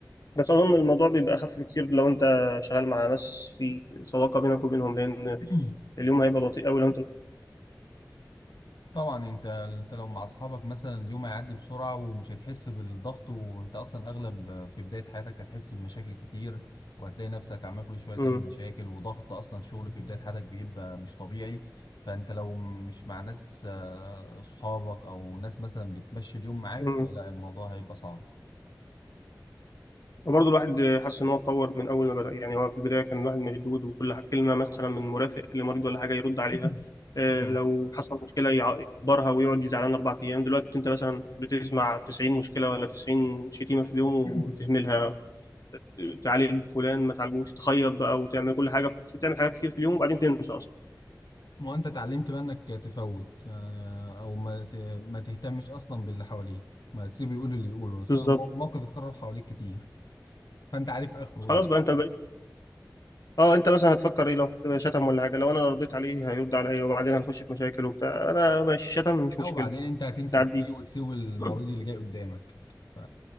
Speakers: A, on the left; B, on the left.
A: بس اظن الموضوع بيبقى اخف بكتير لو انت شغال مع ناس في صداقه بينك وبينهم لان
B: <clears throat>
A: اليوم هيبقى بطيء قوي لو انت
B: طبعا انت انت لو مع اصحابك مثلا اليوم هيعدي بسرعه ومش هتحس بالضغط وانت اصلا اغلب في بدايه حياتك هتحس بمشاكل كتير وهتلاقي نفسك عمال كل شويه تقابل
A: مم.
B: مشاكل وضغط اصلا شغل في بدايه حياتك بيبقى مش طبيعي فانت لو مش مع ناس آه، اصحابك او ناس مثلا بتمشي اليوم معاك
A: مم.
B: لا الموضوع هيبقى صعب
A: وبرضه الواحد حاسس ان هو اتطور من اول ما بدأ يعني هو في البداية كان الواحد مشدود وكل ح- كلمة مثلا من مرافق لمريض ولا حاجة يرد عليها
B: <coughs>
A: آه،
B: مم.
A: لو حصل مشكلة يع- يقدرها ويقعد يزعلان أربع أيام دلوقتي أنت مثلا بتسمع 90 مشكلة ولا 90 شتيمة في اليوم وتهملها
B: <clears throat>
A: تعالج فلان ما تعالجوش تخيط بقى وتعمل كل حاجة في- تعمل حاجات كتير في اليوم وبعدين تنسى أصلا
B: وانت اتعلمت بقى انك تفوت آه، او ما ت- ما تهتمش اصلا باللي حواليك ما تسيبه يقول اللي يقوله صار
A: بالظبط
B: مو- موقف اتكرر حواليك كتير فانت عارف اخره
A: خلاص
B: ايه
A: بقى أنت بقيت أه أنت مثلا هتفكر إيه لو حد شتم ولا حاجة لو أنا رديت عليه هيرد عليا وبعدين هنخش في مشاكل وبتاع أنا ماشي شتم مش
B: لا
A: مشكلة
B: وبعدين انت هتمسك
A: نعديه
B: فيه وتسيب المريض
A: <clears throat>
B: اللي جاي قدامك ف